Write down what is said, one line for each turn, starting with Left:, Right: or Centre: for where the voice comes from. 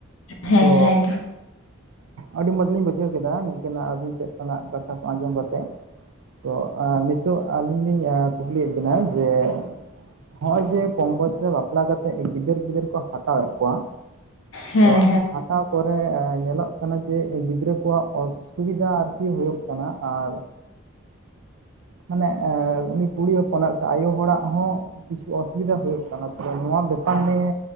Left: ᱦᱮᱸ
Right: ᱛᱚ
Left: ᱦᱮᱸ᱾
Right: ᱟᱹᱰᱤ ᱢᱚᱸᱡᱽᱞᱤᱧ ᱵᱩᱡᱷᱟᱹᱣ ᱠᱮᱫᱟ ᱱᱤᱝᱠᱟᱹᱱᱟᱜ ᱟᱹᱵᱤᱱ ᱴᱷᱮᱡ ᱠᱷᱚᱱᱟᱜ ᱠᱟᱛᱷᱟ ᱠᱚ ᱟᱸᱡᱚᱢ ᱠᱟᱛᱮᱫ᱾ ᱛᱚ ᱱᱤᱛᱚᱜ ᱟᱹᱞᱤᱧ ᱞᱤᱧ ᱠᱩᱞᱤᱭᱮᱜ ᱵᱤᱱᱟ ᱡᱮ, ᱦᱚᱸᱜ ᱚᱭ ᱡᱮ ᱠᱚᱢ ᱵᱚᱭᱚᱥ ᱨᱮ ᱵᱟᱯᱞᱟ ᱠᱟᱛᱮᱜ ᱜᱤᱫᱟᱹᱨ ᱯᱤᱫᱟᱹᱨ ᱠᱚ ᱦᱟᱛᱟᱣᱮᱜ ᱠᱚᱣᱟ᱾
Left: ᱦᱮᱸ
Right: ᱛᱚ ᱦᱟᱛᱟᱣ ᱯᱚᱨᱮ ᱧᱮᱞᱚᱜ ᱧᱮᱞᱚᱜ ᱠᱟᱱᱟ ᱡᱮ ᱜᱤᱫᱽᱨᱟᱹ ᱠᱚᱣᱟᱜ ᱚᱥᱩᱵᱤᱫᱷᱟ ᱟᱨᱠᱤ ᱦᱳᱭᱳᱜ ᱠᱟᱱᱟ ᱟᱨ, ᱢᱟᱱᱮ ᱩᱱᱤ ᱠᱩᱲᱤ ᱦᱚᱯᱚᱱᱟᱜ ᱥᱮ ᱟᱭᱳ ᱦᱚᱲᱟᱜ ᱦᱚᱸ, ᱠᱤᱪᱷᱩ ᱚᱥᱩᱵᱤᱫᱷᱟ ᱦᱳᱭᱳᱜ ᱠᱟᱱᱟ᱾ ᱛᱚᱵᱮ ᱱᱚᱣᱟ ᱵᱮᱯᱟᱨ ᱱᱤᱭᱮ